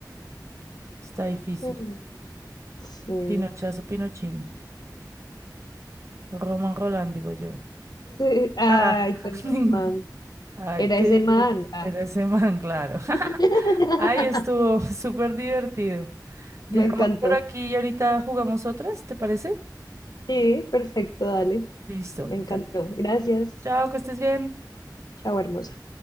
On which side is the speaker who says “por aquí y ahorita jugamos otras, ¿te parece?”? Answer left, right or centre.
Right